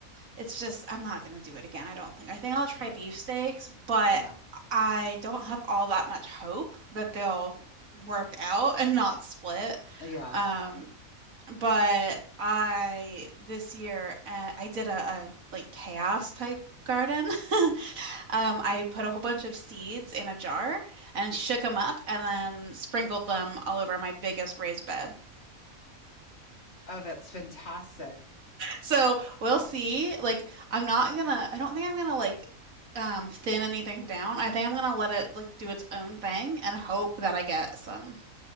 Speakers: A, on the right (about 75°); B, on the left (about 50°).
A: it's just I'm not gonna do it again, I don't think. I think I'll try
B: Yeah.
A: beefsteaks, but
B: Yeah.
A: I don't have all that much hope that they'll work out and not split.
B: Yeah.
A: Um, but I this year uh, I did a, a like chaos type garden. <laughs> Um, I put a whole bunch of seeds in a jar and shook them up and then sprinkled them all over my biggest raised bed.
B: Oh, that's fantastic.
A: So we'll see. Like, I'm not gonna, I don't think I'm gonna like um thin anything down. I think I'm gonna let it like do its own thing and hope that I get some